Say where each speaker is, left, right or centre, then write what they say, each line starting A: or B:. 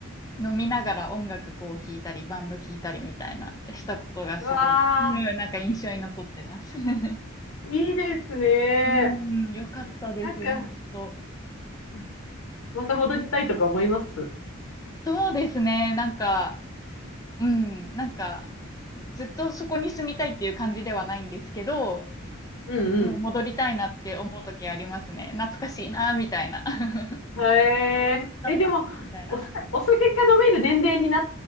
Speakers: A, on the left (about 15°); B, on the left (about 75°).
A: う、飲みながら音楽こう聴いたり、バンド聴いたりみたいな、したことがすごい、
B: うわあ、
A: うん、なんか印象に残ってます。<laughs>
B: いいですね。
A: うん、よかったです、
B: なんか、
A: 本当。
B: あまた戻りたいとか思います。
A: そうですね、なんか、うん、なんか、ずっとそこに住みたいっていう感じではないんですけど、
B: うん
A: うん、戻りたいなって思う時ありますね。懐かしいな、みたいな。<laughs>
B: うん。へえ。
A: 楽しかったな、
B: え、でも、
A: みたいな。
B: お、お酒が飲める年齢にな、